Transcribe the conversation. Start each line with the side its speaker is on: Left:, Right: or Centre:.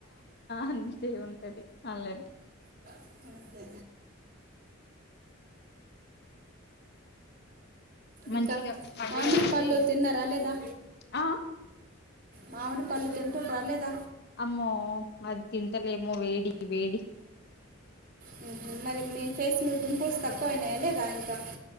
Left: అంతే ఉంటది అల్లరి
Right: అంతే
Left: మంచిగా
Right: ఇంకా
Left: పండుగ
Right: మామిడి
Left: వచ్చి
Right: పళ్ళు తిన్నారా లేదా
Left: ఆ
Right: మావిడి పళ్ళు తింటుర్ర లేద
Left: అమ్మో అది తింటలేమో వేడి వేడి
Right: మ్మ్. మరి మీ ఫేస్లో పింపుల్స్ తక్కువ అయినయ లేదా ఇంకా